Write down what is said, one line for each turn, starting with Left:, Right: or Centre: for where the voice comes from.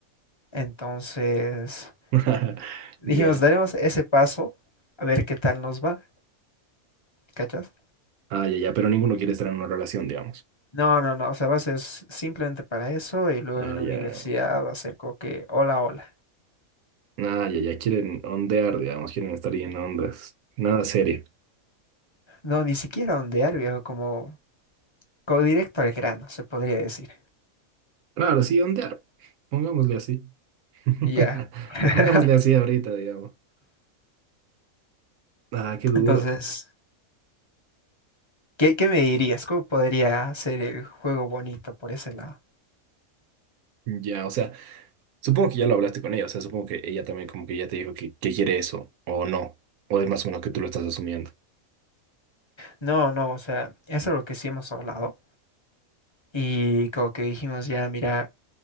Left: Entonces,
Right: <laughs>
Left: <laughs> dijimos,
Right: Ya.
Left: daremos ese paso a ver qué tal nos va, ¿cachas?
Right: Ah, ya, ya, pero ninguno quiere estar en una relación, digamos.
Left: No, no, no, o sea, va a ser s- simplemente para eso y luego
Right: Ah,
Left: en la
Right: ya.
Left: universidad va a ser como que, hola, hola.
Right: Ah, ya, ya, quieren ondear, digamos, quieren estar ahí en ondas. Nada serio.
Left: No, ni siquiera ondear, viejo, como como directo al grano, se podría decir.
Right: Claro, sí, ondear. Pongámosle así. <laughs>
Left: Ya. <laughs>
Right: Pongámosle así ahorita, digamos. Ah, qué duro.
Left: Entonces, ¿qué, qué me dirías? ¿Cómo podría hacer el juego bonito por ese lado?
Right: Ya, o sea, supongo que ya lo hablaste con ella, o sea, supongo que ella también como que ya te dijo que, que quiere eso, o no, o es más o menos que tú lo estás asumiendo.
Left: No, no, o sea, eso es lo que sí hemos hablado. Y como que dijimos ya, mira,